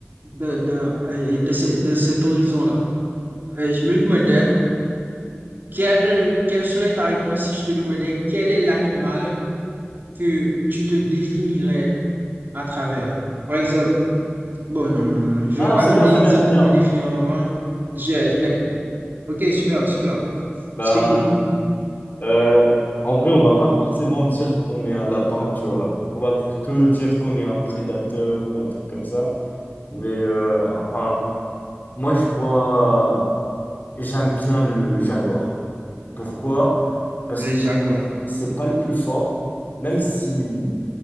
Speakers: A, on the right; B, on the left.
A: de, de, euh, de, ce- de cet horizon-là. Euh, je me demandais, quelle, quelle serait ta réponse si je te demandais quel est l'animal que tu te définirais à travers? Par exemple, bon, non, non, non, non, je
B: Ah
A: vais
B: non,
A: pas
B: c'est
A: donner
B: bien, c'est
A: l'exemple
B: bien, c'est
A: pour
B: bien.
A: me définir avant. Je- je- ok, super, super.
B: Ben,
A: Je t'écoute.
B: euh, en vrai, on va pas forcément dire qu'on est un lapin, tu vois. On va plutôt dire qu'on est un prédateur ou un truc comme ça. Mais euh, enfin, Moi, je vois, j'aime bien le Jaguar. Pourquoi? Parce
A: les
B: que
A: Jaguars.
B: c'est pas le plus fort, même si,